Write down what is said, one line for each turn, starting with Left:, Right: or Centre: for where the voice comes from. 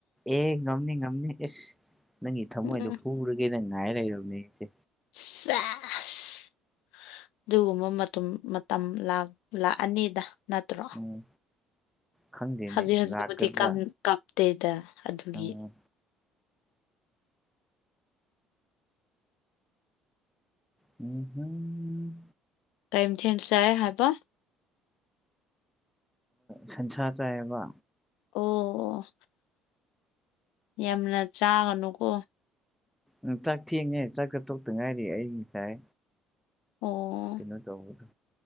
Centre: ꯑꯦ ꯉꯝꯅꯤ ꯉꯝꯅꯤ ꯑꯦꯁ ꯅꯪꯒꯤ ꯊꯃꯣꯏꯗꯣ
Left: ꯎꯝ
Centre: ꯍꯨꯔꯒꯦ ꯅ ꯉꯥꯏ ꯂꯩꯔꯕꯅꯦ ꯑꯩꯁꯦ
Left: ꯁꯦꯠꯏ ꯑꯗꯨꯒꯨꯝꯕ ꯃꯇꯝ ꯂꯥꯛꯑꯅꯤꯗ ꯅꯠꯇ꯭ꯔꯣ
Centre: ꯎꯝ ꯈꯪꯗꯦꯅꯦ
Left: ꯍꯧꯖꯤꯛ ꯍꯧꯖꯤꯛꯄꯨꯗꯤ
Centre: ꯂꯥꯛꯀꯗ꯭ꯔꯥ
Left: ꯀꯝ ꯀꯞꯇꯦꯗ ꯑꯗꯨꯒꯤ
Centre: ꯎꯝ ꯎꯍꯨꯝ
Left: ꯀꯔꯤ ꯃꯊꯦꯜ ꯆꯥꯏ ꯍꯥꯏꯕ
Centre: ꯁꯟꯁꯥ ꯆꯥꯏ ꯍꯥꯏꯕꯥ
Left: ꯑꯣ ꯑꯣ ꯌꯥꯝꯅ ꯆꯥꯒꯅꯨꯀꯣ
Centre: ꯎꯝ ꯆꯥꯛ ꯊꯦꯡꯉꯦ ꯆꯥꯛꯀ ꯇꯣꯛꯇ ꯉꯥꯏꯔꯤ ꯑꯩ ꯉꯁꯥꯏ
Left: ꯑꯣ
Centre: ꯀꯩꯅꯣ ꯇꯧꯕꯗꯣ